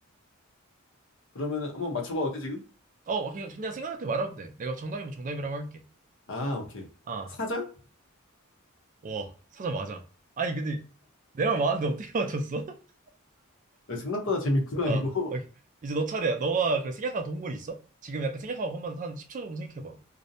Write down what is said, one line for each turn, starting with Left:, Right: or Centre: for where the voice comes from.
Left: 그러면은 한번 맞춰봐. 어때, 지금?
Right: 어, 그냥, 그냥 생각날 때 말하면 돼. 내가 정답이면 정답이라고 할게.
Left: 아, 오케이.
Right: 아,
Left: 사자?
Right: 와, 사자 맞아. 아니, 근데 내 말 맞았는데 어떻게 맞췄어? <laughs>
Left: 야, 생각보다 재밌구나,
Right: 아,
Left: 이거.
Right: 오케이. 이제 너 차례야. 너가 그 생각한 동물 있어? 지금 약간 생각하고 한번 한 10초 정도 생각해봐.